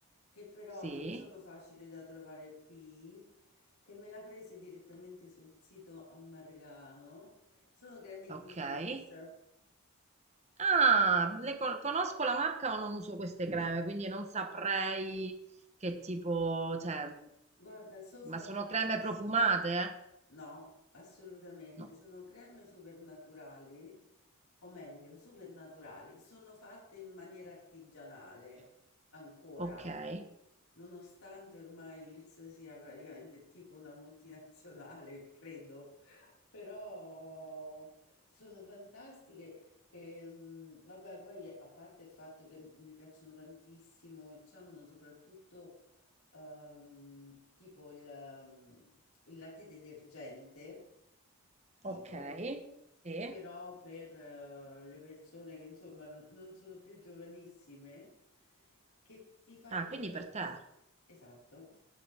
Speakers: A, on the left (about 75°); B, on the right (about 30°).
A: che però
B: sì,
A: non sono facili da trovare qui e me le ha prese direttamente sul sito Ammargano. Sono creme
B: ok.
A: di Hils.
B: Ah, le con- conosco la marca ma non uso queste creme, quindi non saprei che tipo, cioè,
A: Guarda, so' fantastiche.
B: ma sono creme profumate?
A: No, assolutamente,
B: No,
A: sono creme supernaturali, o meglio supernaturali, sono fatte in maniera artigianale ancora,
B: ok, eh,
A: nonostante ormai Hill's sia praticamente tipo una multinazionale, <laughs> credo, però sono fantastiche. Ehm, vabbè, poi a parte il fatto che mi piacciono tantissimo, c'hanno soprattutto ehm, tipo il, ehm, il latte detergente, tipo,
B: ok. sì,
A: però per eh, le persone che insomma non, non sono più giovanissime, che ti fa
B: Ah,
A: pure
B: quindi
A: una...
B: per te.
A: Esatto.